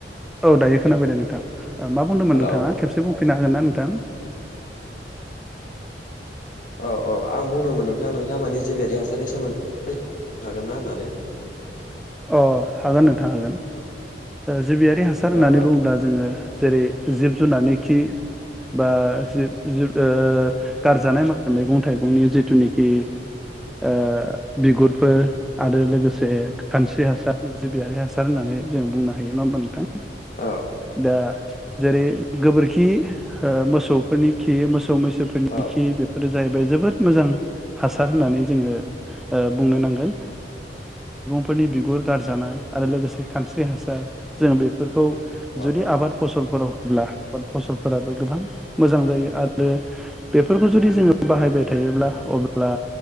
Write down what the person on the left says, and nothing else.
हेलौ
औ औ आं बुंदोंमोन नोंथां नोंथाङा माने जिबियारि हासारनि सोमोन्दै फनो हागोन ना होननानै।
औ औ
औ
औ
औ